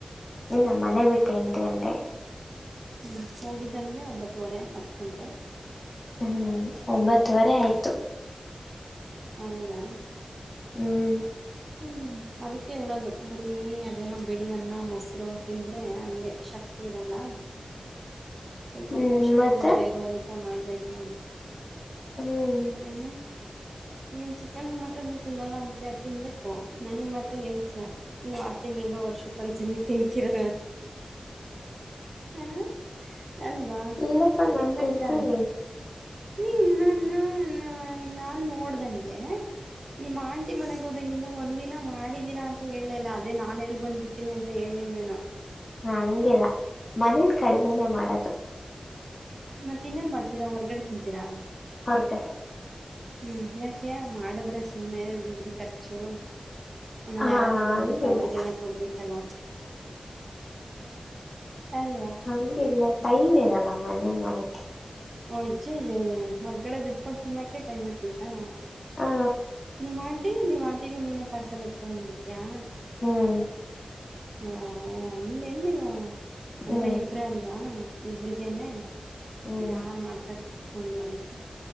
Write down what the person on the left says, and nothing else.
ಇಲ್ಲ ಮನೆ ಬಿಟ್ಟೆ ಎಂಟು ಗಂಟೆ
ಹ್ಮ್ ಒಂಬತ್ತುವರೆ ಆಯ್ತು
ಹ್ಮ್
ಹ್ಮ್
ಮತ್ತೆ
ಹ್ಮ್
ಇಲ್ಲಪ್ಪ ನಾನ್
ತಿಂತೀನಿ
ಹ ಹಂಗಿಲ್ಲ ಮನೇಲಿ ಕಡಿಮೆನೇ ಮಾಡದು
ಹರ್ ಜ
ಹ
ಹಂಗಿಲ್ಲ
ಹಂಗಿಲ್ಲ ಟೈಮ್ ಇರಲ್ಲ ಮನೇನ್ ಮಾಡಕ್ಕೆ
ಹಾ
ಹ್ಮ್
ಹ್ಮ್
ಹ್ಮ್